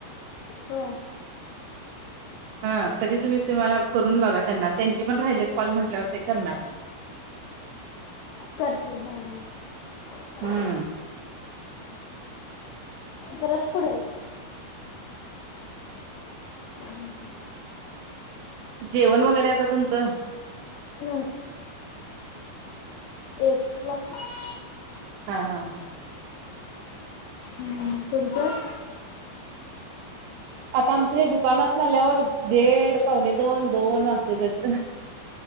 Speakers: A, on the left; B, on the right.
A: हो.
B: ह तरी तुम्ही तुम्हाला करून बघा त्यांना त्यांची पण राहिली कॉल म्हंटल्यावर ते करणार.
A: करतेसग
B: हम्म
A: ज रस पुडल. हम् ह.
B: जेवण वगैरे आता तुमचं?
A: ह एक लाख.
B: हा हा हा.
A: हम्म तुमचं? तुमचं?
B: आता आमचं हे दुकानात नाल्यावर दीड पावणे दोन दोन वाजते त्याच.